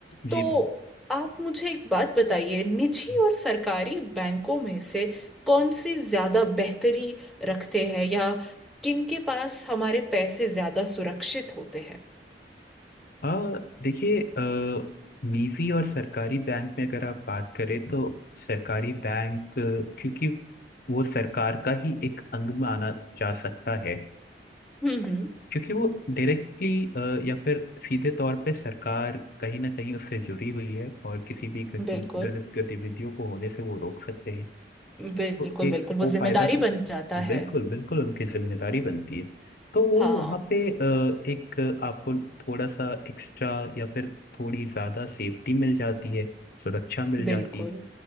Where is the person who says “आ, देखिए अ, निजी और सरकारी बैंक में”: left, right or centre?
Left